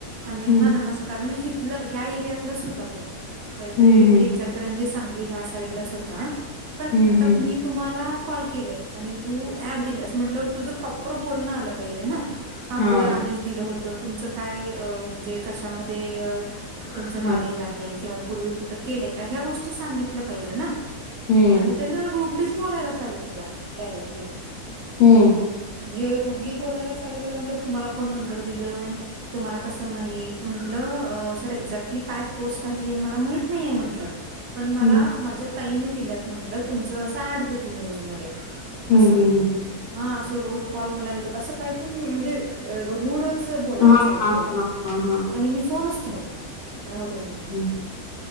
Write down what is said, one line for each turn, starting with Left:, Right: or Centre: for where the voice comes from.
Right: आणि
Left: हं, हं.
Right: हा नमस्कार कारण इथल ह्या एरियातलाच होता तो काहीतरी
Left: हं, हं,
Right: म्हणजे
Left: हं.
Right: इचलकरंजी सांगली ह्या साईडलाच होता पण
Left: हं,
Right: आता
Left: हं.
Right: मी तुम्हाला कॉल केलय आणि तू ऍड दिल्यास म्हटल्यावर तुझं प्रॉपर बोलणं आलं पाहिजे ना हा
Left: हां,
Right: होय आम्हीच दिलं होत तुमचं काय म्हणजे कशामध्ये तुमचं
Left: हां.
Right: नॉलेज आहे किंवा पूर्वी कुठं केलंय का ह्या गोष्टी सांगितल्या पाहिजे ना
Left: हं,
Right: आणि त्यानं रूडलीच बोलायला चालू केला अग डायरेक्टली
Left: हम्म.
Right: जे रुडली बोलायला चालू केलं म्हटलं तुम्हाला कोनी नंबर दिल? तुम्हाला कस माहित? म्हटलं सर एक्झॅक्टली काय पोस्ट आहे हे मला माहित नाहीये म्हटलं पण मला
Left: हं,
Right: माझ्या ताईनी दिल्यात म्हंटल तुमच अस ऍड होती न्यूज मध्ये
Left: हं,
Right: अस
Left: हं, हं.
Right: हा असे रोज कॉल मला येतात असं काही पण म्हणजे रूड बोलायला
Left: हां,
Right: चालू
Left: हां,
Right: केला
Left: हां, हां, हां.
Right: आणि मी फोनच ठेवला मग राहु दे म्हटलं
Left: ह,